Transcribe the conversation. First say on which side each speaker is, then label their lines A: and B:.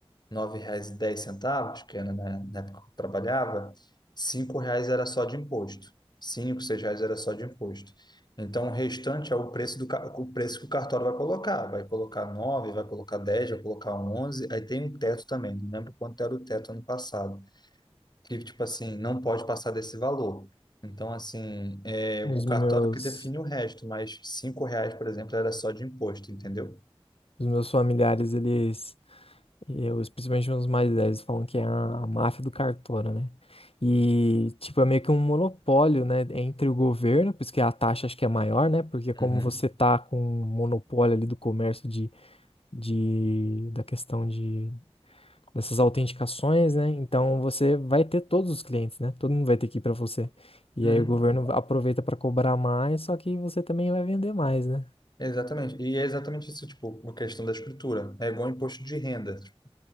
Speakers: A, on the left (about 40°); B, on the left (about 65°).
A: nove reais e dez centavos que era na, na época que eu trabalhava, 5 reais era só de imposto. cinco 6 reais era só de imposto. Então, o restante é o preço do ca- o preço que o cartório vai colocar. Vai colocar nove vai colocar dez vai colocar onze Aí tem um teto também. Não lembro quanto era o teto ano passado. Que, tipo assim, não pode passar desse valor. Então, assim, é
B: Os
A: o cartório
B: meus,
A: que define o resto, mas 5 reais, por exemplo, era só de imposto, entendeu?
B: os meus familiares, eles, eu, principalmente os mais velhos, falam que é a, a máfia do cartório, né? E, tipo, é meio que um monopólio, né, entre o governo, por isso que a taxa acho que é maior, né? Porque como
A: Uhum.
B: você tá com um monopólio ali do comércio de, de, da questão de dessas autenticações, né? Então você vai ter todos os clientes, né? Todo mundo vai ter que ir para você. E
A: Uhum.
B: aí o governo aproveita para cobrar mais, só que você também vai vender mais, né?
A: Exatamente. E é exatamente isso, tipo, a questão da escritura. É igual imposto de renda. Tipo,